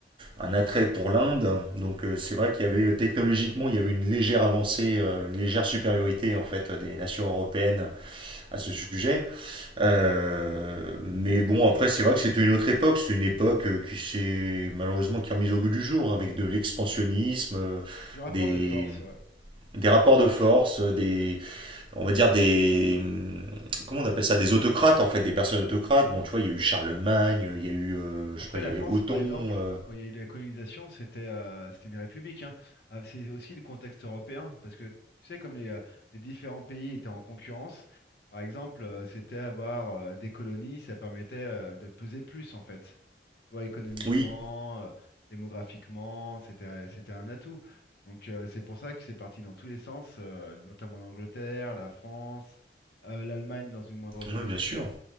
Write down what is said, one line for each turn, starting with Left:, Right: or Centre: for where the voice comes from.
Right: un attrait pour l'Inde. Donc euh, c'est vrai qu'il y avait technologiquement, il y avait une légère avancée, euh, une légère supériorité en fait des nations européennes à ce sujet. Euh, mais bon, après c'est vrai que c'était une autre époque. C'est une époque euh, qui s'est malheureusement qui est remise au goût du jour avec de l'expansionnisme. euh,
Left: Du rapport
Right: des,
Left: de force, ouais.
Right: des rapports de force, euh, des, on va dire des, hum, comment on appelle ça, des autocrates en fait, des personnes autocrates. Bon, tu vois, il y a eu Charlemagne, il y a eu, euh,
Left: Après,
Right: je sais pas, il
Left: la
Right: y avait
Left: France,
Right: Othon.
Left: par exemple,
Right: euh,
Left: quand il y a eu la colonisation, c'était euh, c'était une république. hein. Ah, C'est aussi le contexte européen, parce que tu sais, comme les, euh, les différents pays étaient en concurrence, par exemple, euh, c'était avoir euh, des colonies, ça permettait euh, de peser plus, en fait. Tu vois, économiquement,
Right: Oui,
Left: euh, démographiquement, c'était euh, c'était un atout. Donc, euh, c'est pour ça que c'est parti dans tous les sens, euh, notamment l'Angleterre, la France, euh, l'Allemagne dans une moindre mesure.
Right: oui, bien sûr.